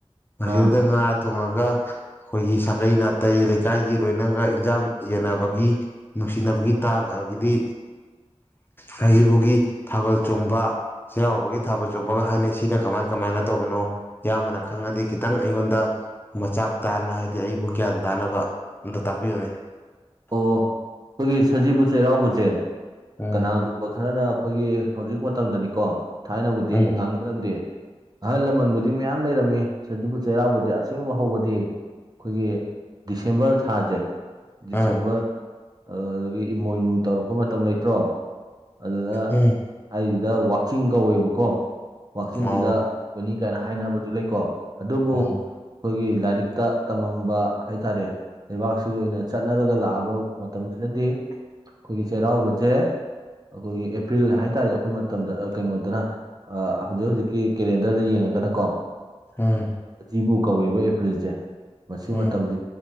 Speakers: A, on the left; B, on the right.
A: ꯃꯁꯤꯗ
B: ꯑꯥ
A: ꯉꯥ ꯊꯣꯡꯉꯒ ꯑꯩꯈꯣꯏꯒꯤ ꯁꯥꯒꯩ ꯅꯥꯇꯩ ꯂꯩꯀꯥꯏꯒꯤ ꯂꯣꯏꯅꯒ ꯏꯟꯖꯥꯡ ꯌꯦꯟꯅꯕꯒꯤ ꯅꯨꯡꯁꯤꯅꯕꯒꯤ ꯇꯥꯡ ꯑꯗꯤ ꯁꯖꯤꯕꯨꯒꯤ ꯊꯥꯕꯜ ꯆꯣꯡꯕ ꯆꯩꯔꯥꯎꯕꯒꯤ ꯊꯥꯕ ꯆꯨꯝꯃꯒ ꯍꯥꯏꯅꯩ ꯁꯤꯅ ꯀꯃꯥꯏ ꯀꯃꯥꯏꯅ ꯇꯧꯕꯅꯣ ꯌꯥꯝꯌꯥꯝꯕꯅ ꯈꯪꯉꯗꯤ ꯈꯤꯇꯪ ꯑꯩꯉꯣꯟꯗ ꯃꯆꯥꯛ ꯇꯥꯅ ꯍꯥꯏꯗꯤ ꯑꯩꯕꯨ ꯒ꯭ꯌꯥꯟ ꯇꯥꯅꯕ ꯑꯝꯇ ꯇꯥꯛꯄꯤꯌꯨꯅꯦ
B: ꯑꯣ ꯑꯩꯈꯣꯏꯒꯤ ꯁꯖꯤꯕꯨ ꯆꯩꯔꯥꯎꯕꯁꯦ
A: ꯎꯝ
B: ꯀꯅꯥꯒꯨꯝ ꯈꯔꯅ ꯑꯩꯈꯣꯏꯒꯤ ꯍꯧꯖꯤꯛ ꯃꯇꯝꯗꯅꯤꯀꯣ ꯊꯥꯏꯅꯕꯨꯗꯤ
A: ꯎꯝ
B: ꯉꯥꯡꯅ ꯃꯔꯝꯗꯤ ꯑꯍꯜ ꯂꯃꯟꯕꯨꯗꯤ ꯃꯌꯥꯝ ꯂꯩꯔꯝꯃꯤ ꯁꯖꯤꯕꯨ ꯆꯩꯔꯥꯎꯕꯗꯤ ꯑꯁꯦꯡꯕ ꯍꯧꯕꯗꯤ ꯑꯩꯈꯣꯏꯒꯤ ꯗꯤꯁꯦꯝꯕꯔ ꯊꯥꯁꯦ ꯗꯤꯁꯦꯝꯕꯔ
A: ꯎꯝ
B: ꯑꯗꯨꯗꯒꯤ ꯏꯃꯣꯏꯅꯨ ꯇꯧꯔꯛꯄ ꯃꯇꯝ ꯂꯩꯇ꯭ꯔꯣ ꯑꯗꯨꯗ
A: ꯎꯝ
B: ꯍꯥꯏꯁꯤꯗ ꯋꯥꯛꯆꯤꯡ ꯀꯧꯋꯦꯕꯀꯣ ꯋꯥꯛꯆꯤꯡꯁꯤꯗ
A: ꯑꯣ
B: ꯅꯤ ꯀꯥꯏꯅ ꯍꯥꯏꯅꯕꯁꯨ ꯂꯩꯀꯣ ꯑꯗꯨꯕꯨ
A: ꯎꯝ
B: ꯑꯩꯈꯣꯏꯒꯤ ꯂꯥꯏꯔꯤꯛꯇ ꯇꯝꯃꯝꯕ ꯍꯥꯏꯇꯥꯔꯦ ꯂꯩꯕꯥꯛꯁꯤꯒꯤ ꯑꯣꯏꯅ ꯆꯠꯅꯔꯒ ꯂꯥꯛꯑꯕ ꯃꯇꯝꯁꯤꯗꯗꯤ ꯑꯩꯈꯣꯏꯒꯤ ꯆꯩꯔꯥꯎꯕꯁꯦ ꯑꯩꯈꯣꯏꯒꯤ ꯑꯦꯄ꯭ꯔꯤꯜ ꯍꯥꯏꯇꯥꯔꯦ ꯑꯩꯈꯣꯏ ꯃꯇꯝꯗ ꯀꯩꯅꯣꯗꯅ ꯍꯧꯖꯤꯛ ꯍꯧꯖꯤꯛꯀꯤ ꯀꯦꯂꯦꯟꯗꯔꯗ ꯌꯦꯡꯉꯒꯅꯀꯣ
A: ꯎꯝ
B: ꯖꯤꯕꯨ ꯀꯧꯋꯦꯕ ꯑꯦꯄ꯭ꯔꯤꯜꯁꯦ ꯃꯁꯤ
A: ꯎꯝ
B: ꯃꯇꯝꯁꯤ